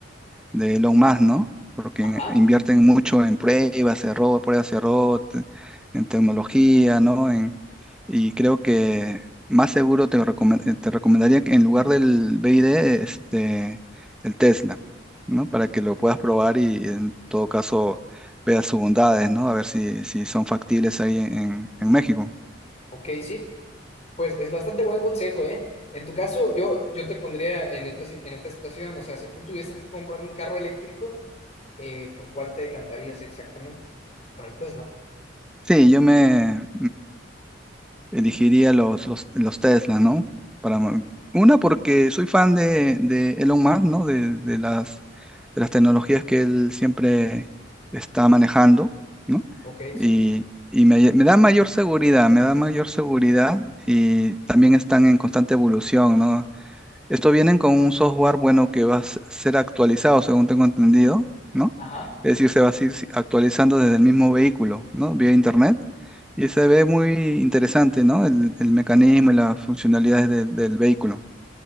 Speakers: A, in the centre; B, on the left (about 35°).
A: de Elon Musk, ¿no? Porque
B: Ajá,
A: invierten mucho en pruebas, error, pruebas, error, te- en tecnología, ¿no? En- y creo que más seguro te, recome- eh, te recomendaría que en lugar del BID, este, el Tesla, ¿no? Para que lo puedas probar y en todo caso veas sus bondades, ¿no? A ver si, si son factibles ahí en, en México.
B: ok, sí. Pues es bastante buen consejo, ¿eh? En tu caso, yo, yo te pondría en esta, si- en esta situación, o sea, si tú tuvieses que comprar un carro eléctrico, eh, ¿por cuál te decantarías exactamente? Por el Tesla.
A: Sí, yo me, elegiría los, los, los Tesla, ¿no? Para, mo- una, porque soy fan de, de Elon Musk, ¿no? De, de las, de las tecnologías que él siempre está manejando, ¿no?
B: Ok,
A: Y,
B: sí.
A: y me, me da mayor seguridad, me da mayor seguridad y también están en constante evolución, ¿no? Esto vienen con un software, bueno, que va a s- ser actualizado, según tengo entendido, ¿no?
B: Ajá.
A: Es decir, se va a ir si- actualizando desde el mismo vehículo, ¿no? Vía internet. Y se ve muy interesante, ¿no? El, el mecanismo y las funcionalidades del del vehículo.